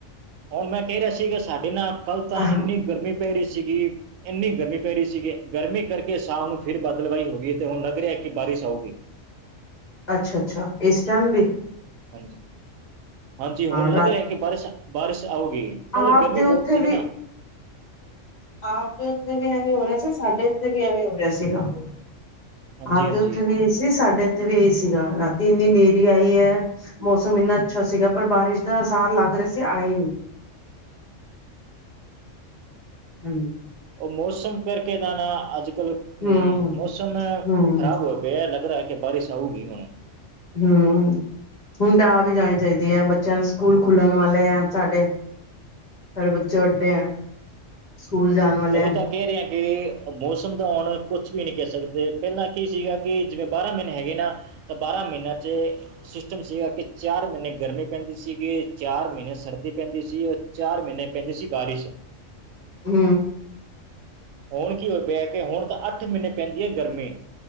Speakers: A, on the right (about 85°); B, on the left (about 35°).
A: ਹੁਣ ਮੈਂ ਕਹਿ ਰਿਹਾ ਸੀ ਕਿ ਸਾਡੇ ਨਾਲ ਕੱਲ੍ਹ ਤਾਂ
B: ਆਹੋ
A: ਇੰਨੀ ਗਰਮੀ ਪੈ ਰਹੀ ਸੀਗੀ। ਇੰਨੀ ਗਰਮੀ ਪੈ ਰਹੀ ਸੀਗੀ। ਗਰਮੀ ਕਰਕੇ ਸ਼ਾਮ ਨੂੰ ਫਿਰ ਬਾਦਲਵਾਈ ਹੋ ਗਈ ਤੇ ਹੁਣ ਲੱਗ ਰਿਹਾ ਕਿ ਬਾਰਿਸ਼ ਆਊਗੀ।
B: ਅੱਛਾ-ਅੱਛਾ। ਇਸ ਟਾਈਮ ਲਈ।
A: ਹਾਂਜੀ- ਹਾਂਜੀ। ਹੁਣ
B: ਰਾਤ
A: ਦੇਖ ਰਿਹਾ ਕਿ ਬਾਰਿਸ਼ ਬਾਰਿਸ਼ ਆਉਗੀ। ਕੱਲ
B: ਆਪ
A: ਗਰਮੀ
B: ਦੇ ਉੱਥੇ
A: ਬਹੁਤ ਸੀਗੀ
B: ਵੀ
A: ਨਾ।
B: ਆਪ ਦੇ ਉੱਥੇ ਵੀ ਐਵੇਂ ਹੋ ਰਿਹਾ ਸੀ। ਸਾਡੇ ਉੱਥੇ ਵੀ ਐਵੇਂ ਹੋ ਰਿਹਾ ਸੀਗਾ।
A: ਹਾਂਜੀ-ਹਾਂਜੀ
B: ਆਪਦੇ ਉੱਥੇ ਵੀ ਇਹੀ ਸੀ ਸਾਡੇ ਉੱਥੇ ਵੀ ਇਹੀ ਸੀਗਾ ਰਾਤੀ ਇੰਨੀ ਨ੍ਹੇਰੀ ਆਈ ਏ। ਮੌਸਮ ਇੰਨਾ ਅੱਛਾ ਸੀਗਾ। ਪਰ ਬਾਰਿਸ਼ ਦਾ ਅਸਾਰ ਲੱਗ ਰਿਹਾ ਸੀ ਆਈ ਨੀ। ਹਮ।
A: ਉਹ ਮੌਸਮ ਕਰਕੇ ਤਾਂ ਨਾ ਅੱਜ-ਕੱਲ੍ਹ ਅਮ
B: ਹਮ
A: ਮੌਸਮ
B: ਹਮ
A: ਖਰਾਬ ਹੋਏ ਪਏ ਲੱਗ ਰਿਹਾ ਕਿ ਬਾਰਾਸ਼ ਆਊਗੀ ਹੁਣ।
B: ਹੂ ਹੁਣ ਤਾਂ ਆਹ ਵੀ ਜਾਣੀ ਚਾਹੀਦੀ ਏ। ਬੱਚਿਆਂ ਦੇ ਸਕੂਲ ਖੁੱਲਣ ਵਾਲੇ ਏ ਸਾਡੇ। ਸਾਡੇ ਬੱਚੇ ਵੱਡੇ ਏ ਸਕੂਲ ਜਾਣ ਵਾਲੇ।
A: ਉਹੀ ਤਾਂ ਕਹਿ ਰਹੇ ਆ ਕਿ ਮੌਸਮ ਦਾ ਹੁਣ ਕੁਛ ਵੀ ਨਹੀਂ ਕਹਿ ਸਕਦੇ ਪਹਿਲਾਂ ਕੀ ਸੀਗਾ ਕਿ ਜਿਵੇਂ ਬਾਰਾਂ ਮਹੀਨੇ ਹੈਗੇ ਨਾ। ਤਾਂ ਬਾਰਾਂ ਮਹੀਨਿਆਂ ਚ ਸਿਸਟਮ ਸੀਗਾ ਕਿ ਚਾਰ ਮਹੀਨੇ ਗਰਮੀ ਪੈਂਦੀ ਸੀਗੀ ਚਾਰ ਸਰਦੀ ਪੈਂਦੀ ਸੀ। ਚਾਰ ਮਹੀਨੇ ਪੈਂਦੇ ਸੀ ਬਾਰਿਸ਼।
B: ਹੂ
A: ਹੁਣ ਕੀ ਹੋ ਪਿਆ ਕਿ ਹੁਣ ਤਾਂ ਅੱਠ ਮਹੀਨੇ ਪੈਂਦੀ ਐ ਗਰਮੀ।